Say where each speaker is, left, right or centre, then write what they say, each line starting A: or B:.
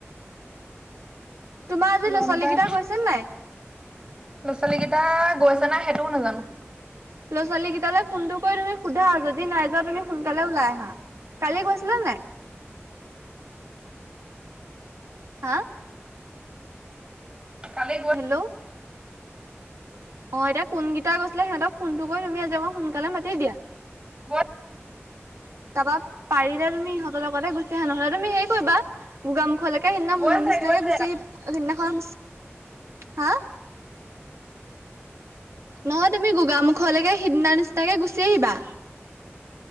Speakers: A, on the right; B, on the right.
A: <unintelligible> আজি
B: জানো
A: ল'ৰা ছোৱালী
B: পাই,
A: কেইটা গৈছে নাই
B: ল'ৰা ছোৱালী কেইটা গৈছে নাই সেইটোও নাজানো।
A: ল'ৰা ছোৱালীকেইটালে ফোনটো কৰি তুমি সোধা। যদি নাই যোৱা তুমি সোনকালে ওলাই আহা। কালি গৈছিলা নাই? হা?
B: কালি গৈ
A: হেল্ল'। অঁ' এতিয়া কোনকেইটা গৈছিলে সিহঁতক ফোনটো কৰি তুমি আজি অকমান সোনকালে মাতি দিয়া।
B: গৈ
A: তাপা পাৰিলে তুমি ইহঁতৰ লগতে গুচি আহা। নহ'লে তুমি হেৰি কৰিবা। গোগা মুুখলৈকে সেইদিনা মুনো
B: গৈছে
A: নিচিনাকে
B: গৈছে
A: গুচি আহিবা, সেইদিনাখন, হা। নহয় তুমি গোগামুখলৈকে সিদিনা নিচিনাকে গুচি আহিবা।